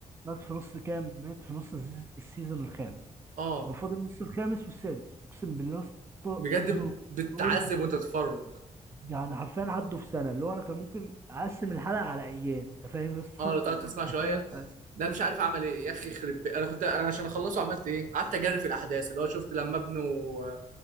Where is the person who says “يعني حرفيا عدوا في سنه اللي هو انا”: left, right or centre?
Right